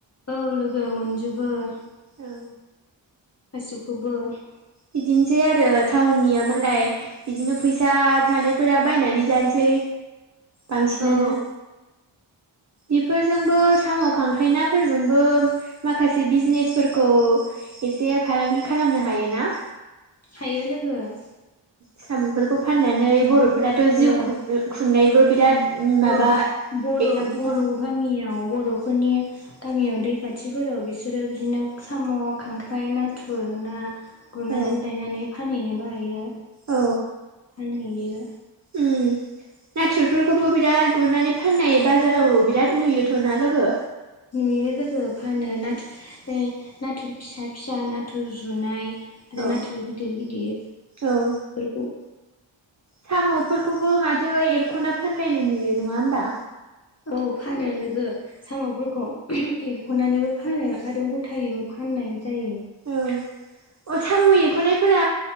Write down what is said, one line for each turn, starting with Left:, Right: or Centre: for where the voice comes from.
Left: औ लोगो मोनजोबो गासिबखौबो
Right: औ
Left: ।
Right: बिदिनोसै आरो टाउननिया मालाय बिदिनो फैसा थानायफोरा बायनानै जानोसै बांसिनानो
Left: औ
Right: बेफोरजोंबो साम' खांख्राय नाफोरजोंबो माखासे बिजनेसफोरखौ एसे फालांगि खालामनो हायो ना
Left: हायो लोगो ।
Right: सामुफोरखौ फाननानै बर'फोराथ' जिउ
Left: औ
Right: खुंनो खुंनायबो बिराद माबा
Left: औ बर'
Right: एगजामपोल
Left: बर'
Right: दं
Left: गामियाव बर'फोरनि गामियाव दै खाथिफोराव बिसोरो बिदिनो साम', खांख्राय, नाथुर, ना गुरनानै
Right: औ
Left: लायनानै फानहैनोबो हायो फानहैयो
Right: औ
Left: ।
Right: उम नाथुरफोरखौबो बिराद गुरनानै फाननाय बाजाराव बिराद नुयोथ'ना लोगो?
Left: नुयो लोगो फानो नाथुर नाथुर फिसा फिसा नाथुर जुनाय। आरो
Right: औ
Left: नाथुर गिदिर गिदिर फोरखौ
Right: औ साम'फोरखौबो माथो एरख'ना फानलायनाय नुयो नङा होमबा?
Left: औ फानो लोगो साम'फोरखौ एर ख'नानैबो फानो आरो ग'थायैबो फाननाय जायो।
Right: औ अ साम' एरख'नायफोरा